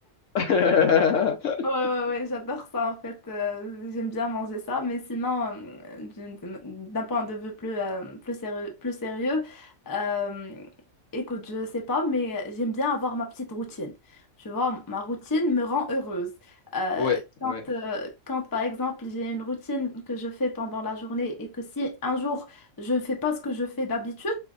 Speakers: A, on the left; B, on the left.
A: <laughs>
B: Ouais, ouais, ouais, j'adore ça en fait. euh, j'aime bien manger ça. Mais sinon, euh, d'une- d'un point de vue plus, euh, plus sérieux, plus sérieux euh, écoute, je sais pas, mais j'aime bien avoir ma petite routine. Tu vois, ma routine me rend heureuse. Euh,
A: Ouais,
B: quand,
A: ouais.
B: euh, quand par exemple, j'ai une routine que je fais pendant la journée et que si un jour je ne fais pas ce que je fais d'habitude,